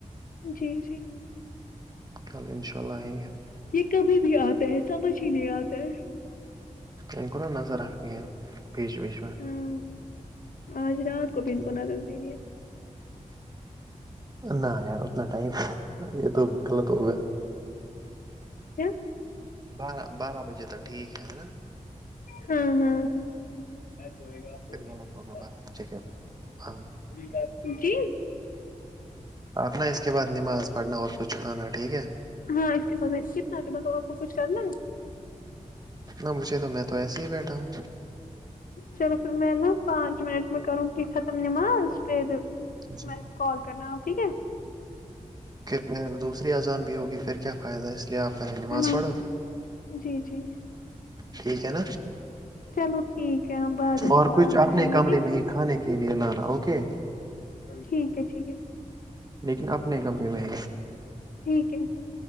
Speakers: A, on the left; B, on the right.
A: جی جی
B: کل ان شاء اللہ آئیں گے <unintelligible>
A: یہ کبھی بھی آتا ہے سمجھ ہی نہیں آتا ہے
B: وم کوور نا نظر رکھہ یہ بج وجہ <unintelligible>
A: ہاں آج رات کو ب
B: ٹھیک
A: ان کو نظل د نہیں ہے
B: نہ یار اتنا ٹائم یہ تو غلط ہوگا
A: کیا <unintelligible>
B: بارہ بارہ بجے تو ٹھیک ہے ہے نا
A: ہاں ہاں س
B: پھر غلط ہوگا بارہ بجے کے ہاں
A: گا جی
B: آنا اس کے بعد نماز پڑھنا اور کچھ کھانا ٹھیک ہے
A: ہاں اس کے بے کتنا مطلب آپ کو کچھ کرنا ہے
B: نہ مجھے تو میں تو ایسے ہی بیٹھا ہوں
A: چلو پھر میں نا پانچ منٹ میں کروں گی ختم نماز پھر
B: جی
A: میں کال کرنا ٹھیک ہے
B: خ دوسری اذان بھی ہوگی پھر کیا فائدہ ہے اس لیے آپ پے نماز
A: ہاں
B: پڑھو <unintelligible>
A: جی جی
B: ٹھیک ہے نا
A: چلو ٹھیک ہے ہم بعد میں
B: اور
A: پھر
B: کچھ
A: بات کریں
B: اپنے کمرے
A: گے ٹھیک
B: میں
A: ہے
B: ہی کھانے کے لیے لانا اوکے
A: ٹھیک ہے ٹھیک ہے
B: لیکن اپنے کمرے میں
A: ٹھیک ہے